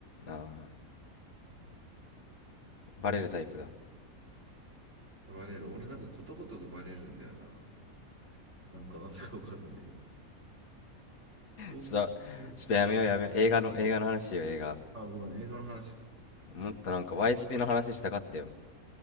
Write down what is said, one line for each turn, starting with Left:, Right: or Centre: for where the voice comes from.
Left: ああ。
Right: うん、
Left: バレるタイプだ。
Right: バレる。俺なんかことごとくバレるんだよな。なんかなんだかわかんないんだけど。ことごとく。
Left: ちょっと、ちょっとやめようやめよう。
Right: うん、
Left: 映画の、映画の話よ、映画。
Right: あ、ごめん、映画の話か。
Left: もっとなんか YSP の話したかったよ。